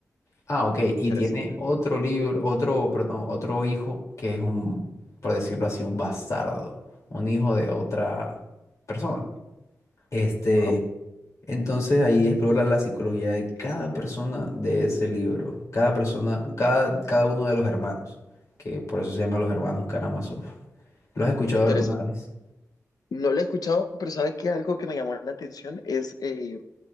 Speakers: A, on the left (about 55°); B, on the left (about 75°).
A: Ah, ok. Y
B: interesante.
A: tiene otro libro, otro, perdón, otro hijo que es un, por decirlo así, un bastardo, un hijo de otra persona. Este,
B: Wow,
A: entonces ahí explora la psicología de cada persona de ese libro, cada persona, cada, cada uno de los hermanos, que por eso se llama Los Hermanos Karamazov. ¿Lo has escuchado
B: interesante.
A: alguna vez?
B: No lo he escuchado, pero sabes que algo que me llamó la atención es eh,